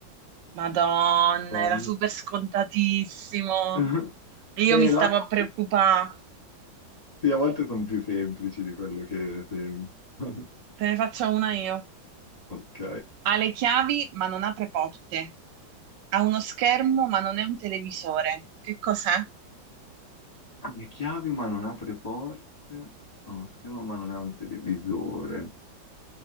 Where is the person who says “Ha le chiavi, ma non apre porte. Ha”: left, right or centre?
Right